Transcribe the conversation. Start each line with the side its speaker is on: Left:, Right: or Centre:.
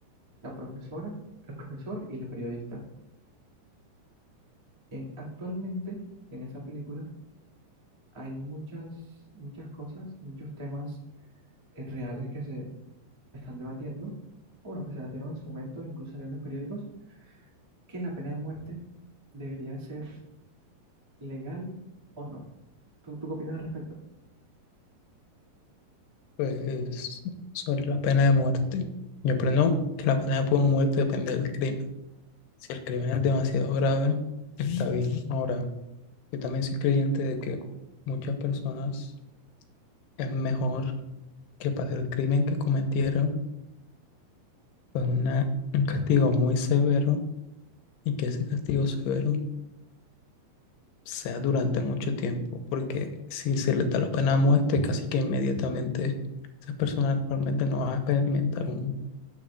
Right: La profesora, el profesor y la periodista. Eh, actualmente, en esa película, hay muchas, muchas cosas, muchos temas eh, reales que se están debatiendo, o bueno, que se debatieron en su momento, incluso en los periódicos, que la pena de muerte debería ser legal o no. ¿Tú, tú qué opinas al respecto?
Left: Pues sobre la pena de muerte, yo aprendo que la pena de muerte depende del crimen. Si el crimen es demasiado grave, está bien. Ahora, yo también soy creyente de que muchas personas es mejor que para el crimen que cometieron pues una, un castigo muy severo y que ese castigo severo sea durante mucho tiempo, porque si se le da la pena de muerte, casi que inmediatamente esas personas realmente no van a experimentar un,